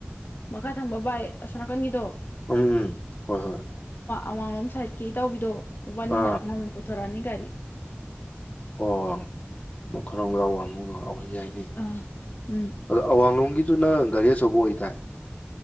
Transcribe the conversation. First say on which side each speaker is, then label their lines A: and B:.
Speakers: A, on the left; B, on the left.
A: ꯃꯈꯥ ꯊꯪꯕ ꯕꯥꯏ ꯑꯁ ꯅꯥꯀꯟꯒꯤꯗꯣ
B: ꯎꯝ ꯎꯝ ꯍꯣꯏ ꯍꯣꯏ
A: ꯑꯋꯥꯥꯡꯂꯣꯝ ꯁꯥꯏꯠꯀꯤ ꯇꯧꯕꯤꯗꯣ ꯃꯕꯥꯅꯤꯅ
B: ꯑꯥ
A: ꯑꯃꯃꯝ ꯄꯨꯊꯣꯔꯛꯑꯅꯤꯡ ꯀꯔꯤ
B: ꯑꯣ ꯃꯈ ꯈꯔ ꯑꯃ ꯂ ꯋꯥ ꯑꯧꯏ ꯌꯥꯏꯅꯦ
A: ꯑꯥ ꯎꯝ
B: ꯑꯗꯣ ꯑꯋꯥꯡꯂꯣꯝꯒꯤꯗꯨꯅ ꯒꯥꯔꯤ ꯁꯨ ꯑꯣꯏꯇꯥ